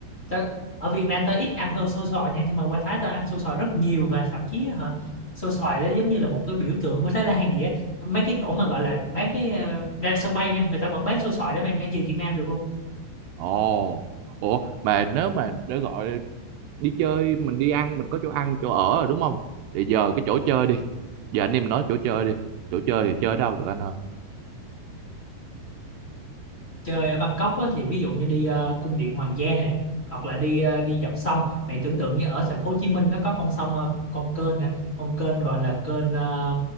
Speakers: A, on the left; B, on the right.
A: tao, ở Việt Nam tao ít ăn hơn xôi xoài nha nhưng mà qua Thái tao ăn xôi xoài rất nhiều và thậm chí hả xôi xoài đó giống như là một cái biểu tượng của Thái Lan vậy á mấy cái chỗ mà gọi là bán cái ờ, ra sân bay nha người ta vẫn bán xôi xoài để mày mang về Việt Nam được luôn
B: Ồ. Ủa mà nếu mà để gọi đi chơi mình đi ăn mình có chỗ ăn chỗ ở rồi đúng không thì giờ cái chỗ chơi đi giờ anh em nói chỗ chơi đi chỗ chơi thì chơi đâu được anh hả
A: chơi ở Bangkok á, thì ví dụ như đi ờ, cung điện Hoàng gia nè hoặc là đi ờ, đi dọc sông mày tưởng tượng như ở thành phố Hồ Chí Minh nó có con sông ờ, con kênh nè con kênh gọi là kênh ờ,